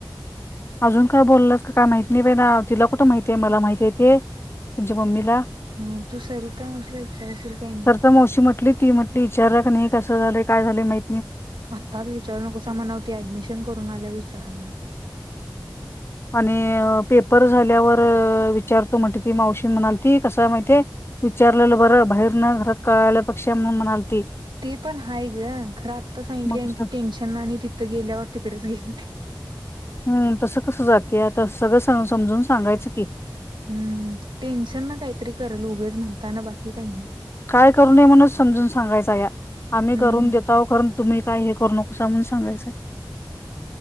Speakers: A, on the left; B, on the right.
A: अजून काय बोलासाका काय माहती नाही बाईना तिला कुठं माहितीये मला माहिती आहेे ते तेनच्या मम्मीला
B: ह तू सरिता मावशीला विचारशील काही नाही.
A: स तर मावशी म्हटली ती म्हटली इचारक पण हे कं झालं काय झाले माहि
B: आत्ताच विचारू न कस मणावती ऍडमिशन करून आल्या विचारा म्हणा
A: आणि पेपर झाल्यावर विचारतो म्हणते ती मावशी म्हणाली ती कस माहितीय विचारलेलं बरं बाहेर न घरात काळाल्या पक्षा म्हण म्हणाल
B: ते पण हय ग खरं आत्ता सांडली
A: मग
B: आणि
A: कसं
B: ती टेन्शन ना आणि तिथं गेल्यावर तिकडेच गेल
A: हम्म तसं कसं जाते आता सगळं समजून सांगायचं की
B: हम्म टेन्शन ना काहीतरी करल उघेच म्हणताना बाकी काही नाही
A: काय कर नये म्हणूनच समजून सांगायचा या आम्ही
B: हम्म
A: करून देता आो कारण तुम्ही काय हे कर न अस म्हण सांगायचय